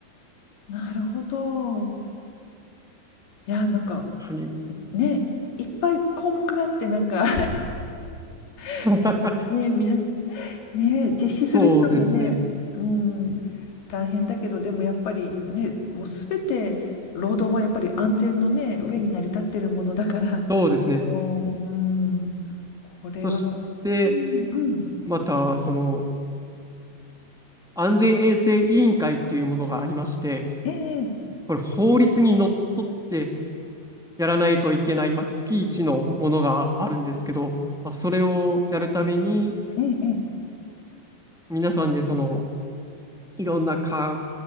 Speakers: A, on the left (about 75°); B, in the centre.
A: なるほど。いや、なんか、
B: 谷、
A: ね、いっぱい項目があってなんか
B: <laughs>
A: <laughs>、ね、みんなね、実施する人もね、
B: そうですね。
A: うん、大変だけど、でもやっぱりね、もうすべて労働はやっぱり安全のね、上に成り立ってるものだから、
B: そうですね。
A: <laughs> もう、うん、これは、
B: そして、
A: うん、うん、
B: また、その、安全衛生委員会っていうものがありまして、
A: ええ、
B: これ法律にのっとってやらないといけない、まあ、月一のものがあるんですけど、まあ、それをやるために、
A: ええ、ええ、
B: 皆さんでその、いろんな科